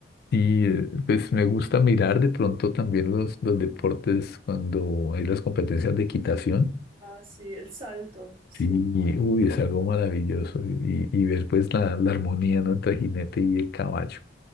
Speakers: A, on the left; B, on the right.
A: Y eh, pues me gusta mirar de pronto también los, los deportes cuando hay las competencias de equitación.
B: Ah, sí, el salto, sí,
A: Sí, uy, es algo maravilloso y, y ver pues la, la armonía, ¿no? entre el jinete y el caballo.